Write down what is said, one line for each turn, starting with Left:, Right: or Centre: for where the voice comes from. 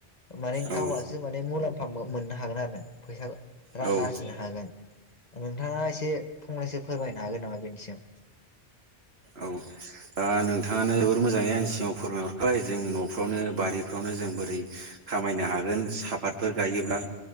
Left: माने
Right: औ
Left: गावासो माने मुलाम्फा मो-मोननो हागोन आरो फैसा रां
Right: औ
Left: आरजिनो हागोन । नोंथाङा एसे फंनैसो फोरमायनो हागोन नामा बेनि सायाव?
Right: औ । दा नोंथाङानो जोबोर मोजाङै आंनि सिगाव फोरमायहरबाय जों न'फ्रावनो बारिफ्रावनो जों बोरै खामायनो हागोन सापातफोर गायोब्ला